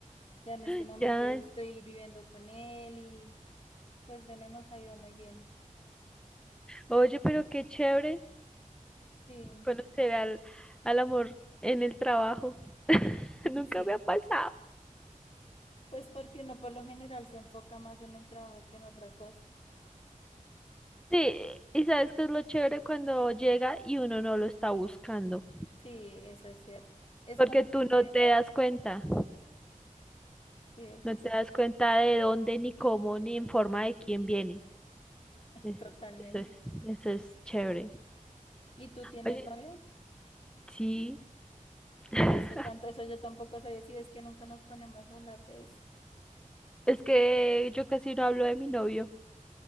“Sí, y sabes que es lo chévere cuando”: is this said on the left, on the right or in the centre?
Centre